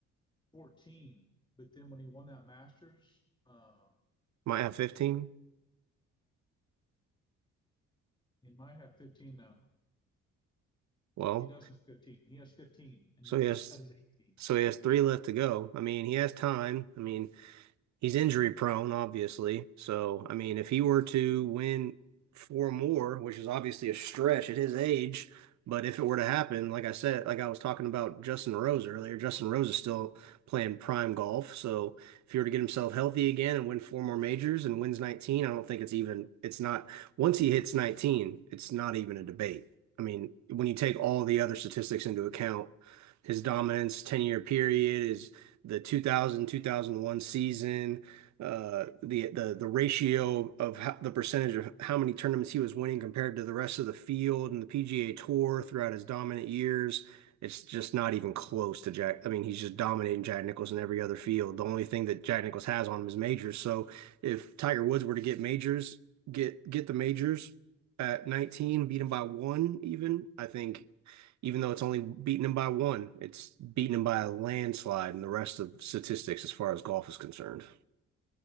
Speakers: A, on the left (about 15°); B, on the right (about 65°).
A: 14, but then when he won that Masters, um,
B: Might have 15.
A: he might have 15 now.
B: Well,
A: He does have 15. He has 15, and
B: so
A: Nicholas
B: he has
A: <laughs> has 18.
B: so he has three left to go. I mean, he has time. I mean, he's injury prone, obviously. So, I mean, if he were to win four more, which is obviously a stretch at his age, but if it were to happen, like I said, like I was talking about Justin Rose earlier, Justin Rose is still playing prime golf. So, if he were to get himself healthy again and win four more majors and wins 19, I don't think it's even, it's not, once he hits 19, it's not even a debate. I mean, when you take all the other statistics into account, his dominance, 10 year period, his the 2000, 2001 season, uh, the the the ratio of how, the percentage of how many tournaments he was winning compared to the rest of the field and the PGA Tour throughout his dominant years. It's just not even close to Jack. I mean, he's just dominating Jack Nicklaus in every other field. The only thing that Jack Nicklaus has on him is majors. So if Tiger Woods were to get majors, get get the majors at 19, beat him by one even, I think even though it's only beaten him by one, it's beaten him by a landslide in the rest of statistics as far as golf is concerned.